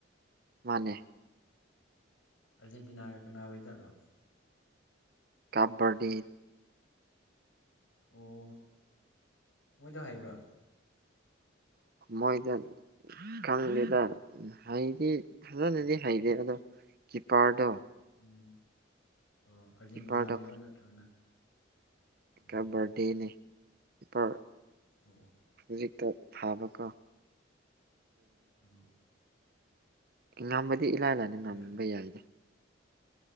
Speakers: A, on the right; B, on the left.
A: ꯃꯥꯅꯦ
B: ꯑꯔꯖꯦꯟꯇꯤꯅꯥ ꯀꯅꯥ ꯑꯣꯏ ꯆꯂꯣ
A: ꯀꯕꯥꯗꯤ
B: ꯑꯣ ꯃꯣꯏꯗꯣ ꯍꯥꯏꯕ꯭ꯔꯥ
A: ꯃꯣꯏꯗ ꯈꯪꯗꯦꯗ ꯍꯥꯏꯗꯤ ꯐꯖꯅꯗꯤ
B: ꯎꯝ
A: ꯍꯩꯇꯦ ꯑꯗꯣ ꯀꯤꯄꯔꯗꯣ
B: ꯎꯝ ꯑꯣ ꯑꯥꯔꯖꯦꯟꯇꯤꯅꯥꯒꯤꯔꯣ
A: ꯀꯤꯄꯔꯗꯣ
B: ꯅꯠꯇ꯭ꯔꯒꯅ ꯑꯣ
A: ꯀꯕꯔꯗꯦꯅꯤ ꯏꯄꯥ
B: ꯑꯣ
A: ꯍꯧꯖꯤꯛꯇ ꯐꯥꯕꯀꯣ
B: ꯎꯝ
A: ꯉꯝꯕꯗꯤ ꯏꯂꯥꯏ ꯂꯥꯏꯅ
B: ꯑꯣꯏꯔꯝ
A: ꯉꯝꯝꯕ ꯌꯥꯏꯗ